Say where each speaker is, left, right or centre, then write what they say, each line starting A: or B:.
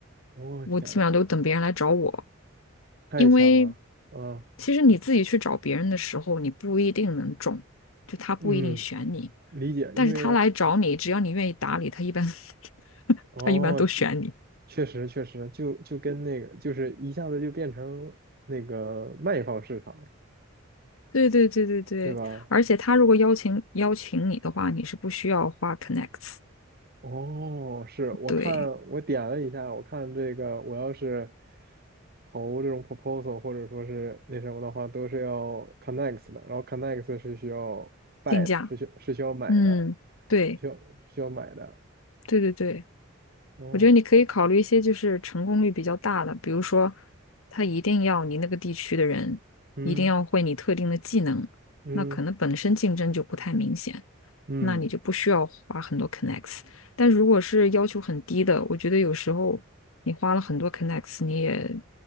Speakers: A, on the right; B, on the left.
A: 我、
B: 我基本上都等别人来找我，
A: 天呐，太强了，
B: 因为
A: 嗯
B: 其实你自己去找别人的时候，你不一定能中，就他不一定选你，
A: 嗯，理解，
B: 但是他来找你，
A: 因为
B: 只要你愿意打理他，一般 <laughs>
A: 哦，
B: 他一般都选你。
A: 确确实确实，就就跟那个，就是一下子就变成那个卖方市场，
B: 对对对对对，
A: 对吧？
B: 而且他如果邀请邀请你的话，你是不需要花 connects，
A: 哦，是我看我点了一下，
B: 对，
A: 我看这个我要是投这种 proposal 或者说是那什么的话，都是要 connect 的，然后 connect 是需要 buy
B: 定价，
A: 的，是需是需要买的，
B: 嗯，对
A: 需要需要买的。
B: 对对对。
A: 哦，
B: 我觉得你可以考虑一些就是成功率比较大的，比如说，他一定要你那个地区的人一定要会你特定的技能，
A: 嗯嗯
B: 那可能本身竞争就不太明显，
A: 嗯
B: 那你就不需要花很多 connects。但如果是要求很低的，我觉得有时候你花了很多 connects，你也